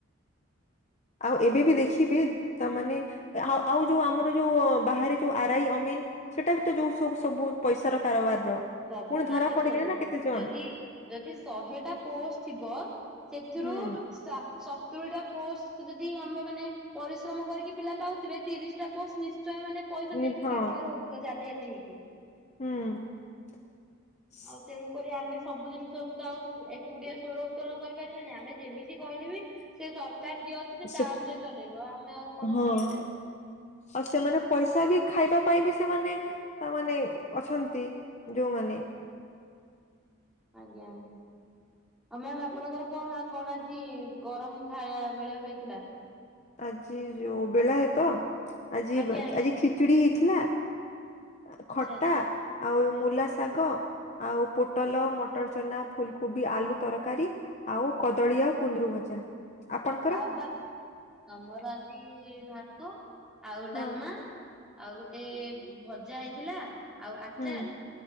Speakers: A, on the left (about 35°); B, in the centre.
A: ଆଉ ଏବେ ବି ଦେଖିବେ ତାମାନେ ଆ ଆଉ ଯୋଉ ଆମର ଯୋଉ ବାହାରେ ଯୋଉ ଆରାଇ ଅମିନ ସେଇଟା ବି ତ ଯୋଉ ସବୁ ସବୁ ପଇସାର କାରବାର ର।
B: ସବୁ
A: ପୁଣି
B: ମ୍ୟାାମ
A: ଧରା
B: ଦେଖନ୍ତୁ
A: ପଡିଲେ ନା କେତେ ଜଣ
B: ଯଦି ଯଦି ଶହେଟା ପୋଷ୍ଟ ଥିବ ସେଥିରୁ
A: ହୁଁ
B: ସା ସତୁରି ଟା ପୋଷ୍ଟ ଯଦି ଆମେ ମାନେ ପରିଶ୍ରମ କରିକି ପିଲା ପାଉଥିବେ ତିରିଶ ଟା ପୋଷ୍ଟ ନିଶ୍ଚୟ ମାନେ ପଇସା
A: ନି
B: ଦେଇକି
A: ହଁ
B: କାରବାର ହଉଥିବ ଜାଲିିଆତି ହେଇକି।
A: ହୁଁ।
B: ଆଉ ତେଣୁକରି ଆମେ ସବୁ ଜିନିଷକୁ ତ ଆଉ ଏକୁଟିଆ ସ୍ୱର ଉତ୍ତୋରଣ କରିପାରିବେନି ଆମେ ଯେମିତି କହିଲେ ବି ସେ ସରକାର ଯିଏ ଅଛିନ୍ତି
A: ସେ
B: ତାଅନୁଯାୟୀ ଚଲେଇବ ଆମେ ଆଉ କଣ
A: ହଁ
B: କହିପାରିବା କି?
A: ଆଉ ସେମାନେ ପଇସା ବି ଖାଇବା ପାଇଁ ବି ସେମାନେ ତାମାନେ ଅଛନ୍ତି ଯୋଉମାନେ।
B: ଆଜ୍ଞା ଆଜ୍ଞା। ଆଉ ମ୍ୟାମ ଆପଣଙ୍କର କଣ କଣ ଆଜି ଗରମ ଖାଇବା ବେଳେ ହେଇଥିଲା?
A: ଆଜି ଯୋଉ ବେଳାଏତ ଆଜି
B: ଆଜ୍ଞା
A: ବା
B: ଆଜ୍ଞା
A: ଆଜି ଖିଚୁଡ଼ି ହେଇଥିଲା। ଆଁ
B: ଆଚ୍ଛା
A: ଖଟା
B: ଆଚ୍ଛା
A: ଆଉ ମୂଲା ଶାଗ। ଆଉ ପୋଟଲ ମଟର ଚନା ଫୁଲକୋବି ଆଲୁ ତରକାରୀ। ଆଉ କଦଳୀ ଆଉ କୁନ୍ଦୁରୁ ଭଜା ଆପଣଙ୍କର?
B: ଆ ବା ଆମର ଆ ଜି ଭାତ ଆଉ
A: ହଁ
B: ଡ଼ାଲମା ଆଉ ଗୋଟେ ଭଜା ହେଇଥିଲା। ଆଉ ଆଚାର।
A: ହୁଁ